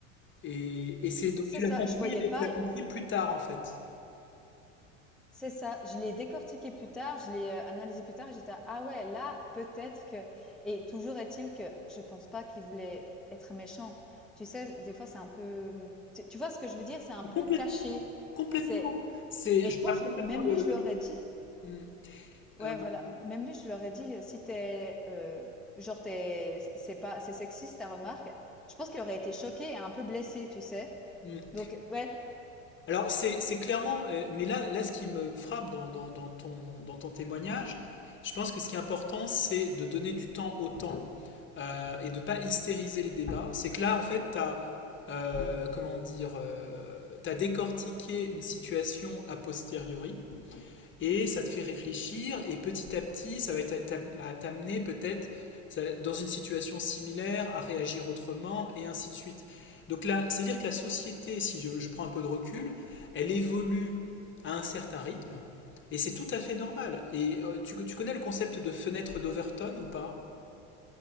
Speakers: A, on the left; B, in the centre.
A: Et, et c'est
B: c'est
A: donc
B: c'est
A: tu
B: ça,
A: l'as compris,
B: je voyais
A: tu
B: pas
A: l'as compris plus tard en fait.
B: C'est ça, je l'ai décortiqué plus tard, je l'ai, heu, analysé plus tard et j'étais: «Ah ouais, là, peut-être que» et toujours est-il que je pense pas qu'il voulait être méchant. Tu sais, des fois, c'est un peu, mmh, tu tu vois ce que je veux dire? C'est un
A: Mais
B: peu
A: complètement,
B: caché.
A: complètement.
B: C'est
A: C'est,
B: et
A: je
B: je pense
A: vois complètement
B: même
A: le,
B: lui, je
A: le
B: l'aurais
A: truc.
B: dit
A: Mm,
B: ouais,
A: Euh,
B: voilà, même lui, je l'aurais dit, heu: «Si t'es es, genre, t'es c'est c'est pas c'est sexiste ta remarque», je pense qu'il aurait été choqué et un peu blessé, tu sais?
A: mm.
B: Donc ouais,
A: alors c'est c'est clairement, euh, mais là, là, ce qui me frappe dans, dans- dans ton, dans ton témoignage, je pense que ce qui est important, c'est de donner du temps au temps euh, et de pas hystériser les débats. C'est que là, en fait, t'as, euh, comment dire, euh, t'as décortiqué une situation a posteriori. et ça te fait réfléchir et petit à petit ça va être à t'amener peut-être dans une situation similaire à réagir autrement et ainsi de suite. Donc là, c'est-à-dire que la société, si je, je prends un peu de recul, elle évolue à un certain rythme et c'est tout à fait normal. Et euh, tu, tu connais le concept de fenêtre d'Overton ou pas?